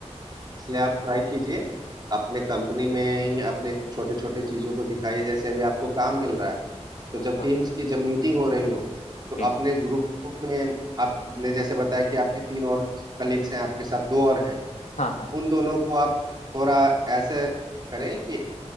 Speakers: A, on the right; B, on the left.
A: इसलिए आप ट्राई कीजिए अपने कंपनी में ही अपने छोटे छोटे चीजों को दिखाइए जैसे अभी आपको काम मिल रहा है तो
B: हाँ
A: जब
B: हाँ
A: टीम्स की जब मीटिंग हो रही हो तो
B: ठीक
A: अपने ग्रुप में आपने जैसे बताया कि आपके तीन और कलीग्स हैं आपके साथ दो और हैं
B: हाँ हाँ
A: उन दोनों को आप थोड़ा ऐसे करें कि